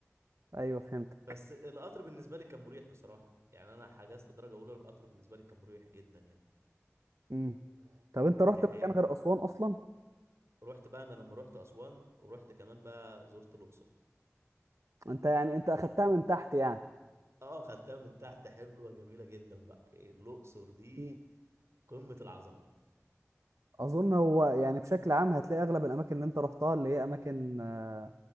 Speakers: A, on the right; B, on the right.
A: ايوه فهمتك
B: بس القطر بالنسبه لي كان مريح بصراحه يعني انا حجزت درجه اولى القطر بالنسبه لي كان مريح جدا يعني
A: امم طب انت رحت
B: هي
A: مكان
B: هي
A: غير اسوان اصلا
B: رحت بقى انا لما رحت اسوان ورحت كمان بقى زرت الاقصر
A: انت يعني انت اخدتها من تحت يعني
B: اه خدتها من تحت حلوه جميله جدا بقى الاقصر دي
A: مم.
B: قمه العظمه
A: اظن هو يعني بشكل عام هتلاقي اغلب الاماكن اللي انت رحتها اللي هي اماكن آه،